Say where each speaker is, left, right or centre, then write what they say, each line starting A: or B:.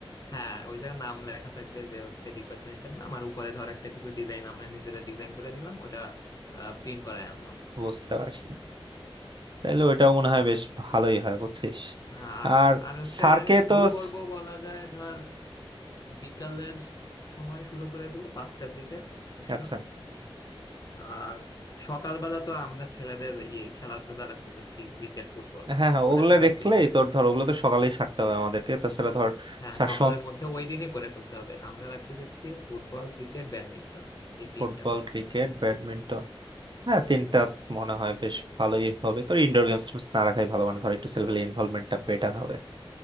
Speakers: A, on the left; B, on the right.
A: হ্যাঁ ওই জায়গায় নাম লেখা থাকবে যে হচ্ছে ডিপার্টমেন্টের নাম আর উপরে ধর একটা কিছু ডিজাইন আমরা নিজেরা ডিজাইন করে দিলাম ওটা প্রিন্ট করায় আনলাম
B: বুঝতে পারছি তাহলে ওইটাও মনে হয় বেশ ভালোই হয় বুঝছিস
A: আর
B: আর
A: আর হচ্ছে
B: স্যারকে
A: শুরু
B: তো
A: করব
B: স-
A: বলা যায় ধর বিকালের সময় শুরু করে দেবো পাঁচটার দিকে অনুষ্ঠান
B: আচ্ছা
A: আর সকালবেলা তো আমরা ছেলেদের ইয়ে খেলাধুলা রাখতে চাচ্ছি ক্রিকেট ফুটবল
B: হ্যাঁ হ্যাঁ
A: ওটা
B: ওগুলো
A: তো থাকবেই
B: রেখলেই
A: তো
B: তোর ধর ওগুলো তো সকালেই সারতে হবে আমাদেরকে তাছাড়া ধর
A: হ্যাঁ
B: স্যার
A: সকালের মধ্যে ওই দিনই করে ফেলতে হবে আমরা রাখতে চাচ্ছি ফুটবল ক্রিকেট ব্যাডমিন্টন এই তিনটা
B: ফুটবল ক্রিকেট ব্যাডমিন্টন হ্যাঁ তিনটা মনে হয় বেশ ভালোই হবে তোর ইনডোর গেমস টেমস না রাখাই ভালো মানে ধর একটু ছেলেপেলে ইনভলভমেন্টটা বেটার হবে